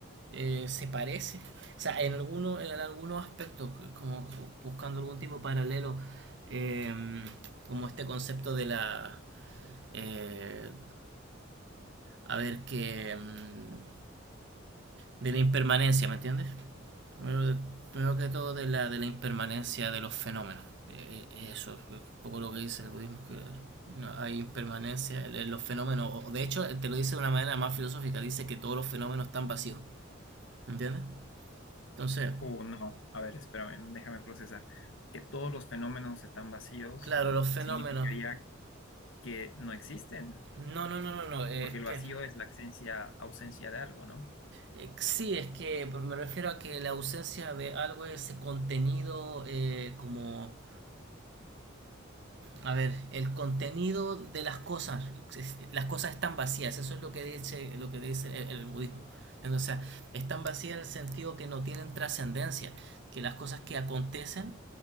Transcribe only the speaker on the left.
O no, a ver, espérame, déjame procesar. Que todos los fenómenos están vacíos
significaría que no existen.
porque el
vacío es la ausencia, ausencia de algo, ¿no?